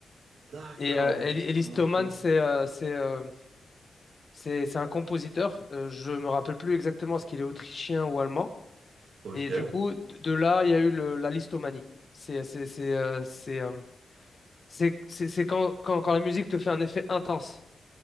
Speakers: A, on the right; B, on the left.
A: D'accord,
B: Et euh,
A: donc.
B: Eli- Ellis
A: Ok.
B: Thomann, c'est euh, c'est euh, c'est c'est un compositeur. Euh, je me rappelle plus exactement ce qu'il est autrichien ou allemand.
A: Ok.
B: Et du coup, d- de là, il y a eu le- la listomanie. C'est c'est c'est euh, c'est euh, c'est c'est- c'est quand, quand quand la musique te fait un effet intense.